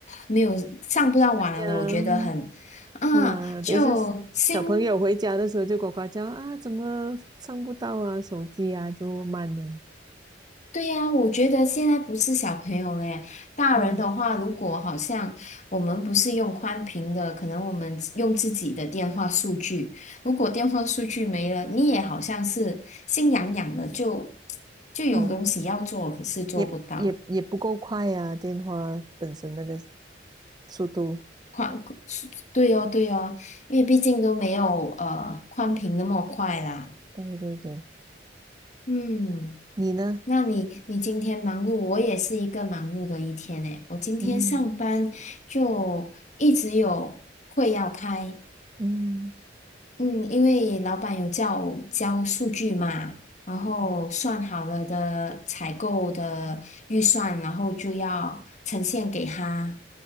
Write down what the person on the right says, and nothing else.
呀，
啊，等一下
小朋友回家的时候就呱呱叫啊，怎么上不到啊，手机啊，就慢了，
嗯
嗯，
也也也不够快呀、啊电话本身那个速度。
对对对，
你呢？
嗯嗯
嗯